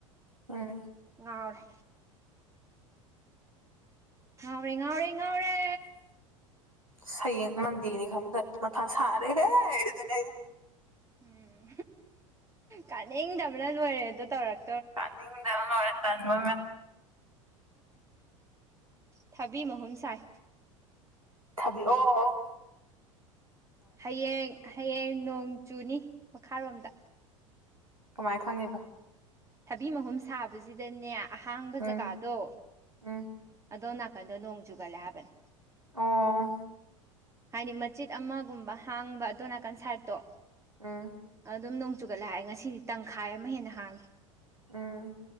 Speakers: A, on the right; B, on the right.
A: ꯎꯝ
B: ꯍꯔ ꯉꯥꯎꯔꯦ ꯉꯥꯎꯔꯦ ꯉꯥꯎꯔꯦ
A: ꯁꯌꯦꯡ ꯃꯟꯗꯤꯅꯤ ꯈꯗ ꯃꯊꯪ ꯁꯥꯔꯦꯍꯦ ꯑꯗꯨꯅꯦ ꯑꯩ
B: ꯎꯝ ꯀꯥꯅꯤꯡꯗꯕꯅ ꯂꯣꯏꯔꯦ ꯑꯗꯨꯗꯣ ꯇꯧꯔꯛꯀꯦ
A: ꯀꯅꯤꯡꯗꯅ ꯑꯣꯏ ꯇ ꯃ
B: ꯊꯕꯤ ꯃꯍꯨꯝ ꯁꯥꯏ
A: ꯊꯕꯤ ꯑꯣ
B: ꯍꯌꯦꯡ ꯍꯌꯦꯡ ꯅꯣꯡ ꯆꯨꯅꯤ ꯃꯈꯥꯔꯣꯝꯗ
A: ꯀꯃꯥꯏꯅ ꯈꯪꯉꯤꯕ
B: ꯊꯕꯤ ꯃꯍꯨꯝ ꯁꯥꯕꯁꯤꯗꯅꯦ ꯑꯍꯥꯡꯕ
A: ꯎꯝ
B: ꯖꯒꯥꯗꯣ
A: ꯎꯝ
B: ꯑꯗꯣ ꯀꯟꯗꯣ ꯅꯣꯡ ꯆꯨꯒꯠꯂꯦ ꯍꯥꯏꯕꯅꯦ
A: ꯑꯣꯥ
B: ꯍꯥꯏꯗꯤ ꯃꯆꯦꯠ ꯑꯃꯒꯨꯝꯕ ꯍꯥꯡꯕ ꯑꯗꯨꯅ ꯀꯟꯁꯔꯠꯇꯣ
A: ꯎꯝ
B: ꯑꯗꯨꯝ ꯅꯣꯡ ꯆꯨꯒꯠꯂ ꯍꯥꯏꯦ ꯉꯁꯤꯗꯤ ꯇꯪꯈꯥꯏ ꯑꯃ ꯍꯦꯟꯅ ꯍꯥꯡꯉꯤ
A: ꯎꯝ